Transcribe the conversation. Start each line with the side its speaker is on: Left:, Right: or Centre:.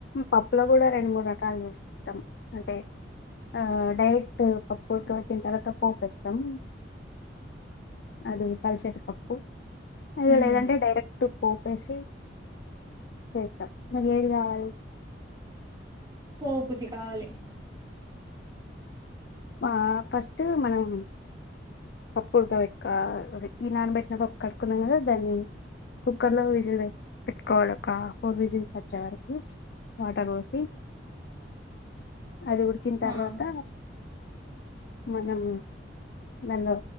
Left: పప్పులో కూడా రెండు మూడు ర కాల్ చేస్కుంటాం అంటే ఆ డైరెక్ట్ పప్పు ఉడుకపెట్టిన తర్వాతపోపేస్తాం అది పల్సటి పప్పు ఇది
Right: హ్మ్
Left: లేదంటే డైరెక్ట్ ట్టు పోపేసి చేస్తం నీకేది కావాలి
Right: పోపుది కావాలి
Left: ఆ ఫస్ట్ మనం పప్పు ఉడకబెట్టుకోవలి ఈ నానబెట్న పప్పు కట్టుకున్నాం కదా దాన్ని కుక్కర్లో విజిల్ పెట్టుకోవాలి ఒక ఫోర్ విజిల్స్ వచ్చే వరకి వాటర్ పోసి అది ఉడికిన తర్వాత
Right: ఆ
Left: మనం దాన్లో